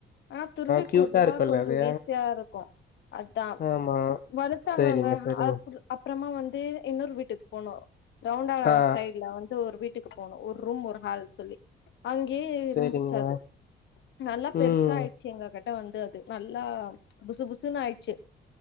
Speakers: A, on the left; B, on the left.
A: ஆ துருவி
B: கியூட்டா
A: குடுவா
B: இருக்குல்ல
A: கொஞ்சோ
B: அது
A: ஈஸியா இருக்கும் அதான்
B: ஆமா
A: வளத்தாங்கங்க
B: செரிங்க செரிங்க
A: அப்புடு அப்புறமா வந்து இன்னொரு வீட்டுக்கு போனோம் ரவுண்டாளம்
B: ஆ
A: சைடுல வந்து ஒரு வீட் ட்டுக்கு போனோம் ஒரு ரூம் ஒரு ஹால் சொல்லி அங்கேயே இருந்துச்சு
B: செரிங்க
A: அது நல்லா பெருசா
B: ம்
A: ஆயி ச்சிங்க கிட்ட வந்தது நல்லா புசு புசுன்னு ஆயிடுச்சு